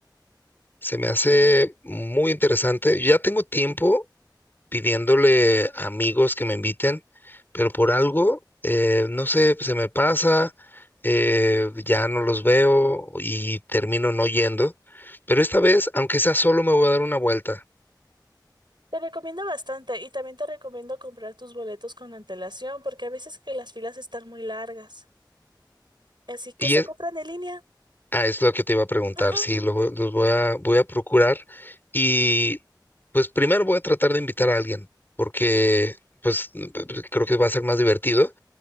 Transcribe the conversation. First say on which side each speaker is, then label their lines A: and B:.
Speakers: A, on the left (about 25°); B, on the right (about 80°).
A: se me hace muy interesante. Ya tengo tiempo pidiéndole a amigos que me inviten, pero por algo, eh, no sé, se me pasa, eh, ya no los veo y termino no yendo. Pero esta vez, aunque sea solo, me voy a dar una vuelta.
B: Te recomiendo bastante y también te recomiendo comprar tus boletos con antelación porque a veces que las filas están muy largas. Así que
A: Y
B: se
A: es,
B: compran en línea.
A: ah, es lo que te iba a preguntar,
B: Ajá.
A: sí, lo voy- los voy a, voy a procurar. Y pues primero voy a tratar de invitar a alguien, porque pues mm, p- p- creo que va a ser más divertido,